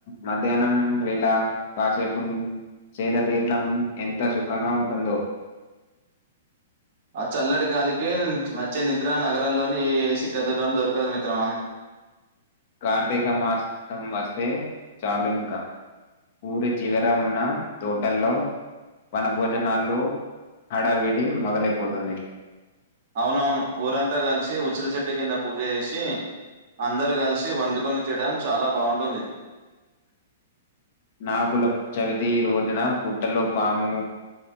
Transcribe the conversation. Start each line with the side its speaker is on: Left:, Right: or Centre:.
Left: మధ్యాహ్నం వేలా కాసేపు సేదా తీరడం ఎంత సుఖంగా ఉంటుందో
Right: ఆ చల్లడి గాలికి వచ్చే నిద్ర నగరాల్లోని ఏ ఏసి గదులో దొరకదు మిత్రమా
Left: కార్తీక మాసం వస్తే చాళంక ఊరి చివర ఉన్న తోటల్లో వన భోజనాల్లో హడవిడి మొదలైపోతుంది
Right: అవునవును ఊరంతా కలిసి ఉసిరి చెట్టు కింద పూజ చేసి అందరు కలిసి వండుకొని తినాడం చాలా బాగుంటుంది
Left: నాగుల చవితి రోజున పుట్టలో పాము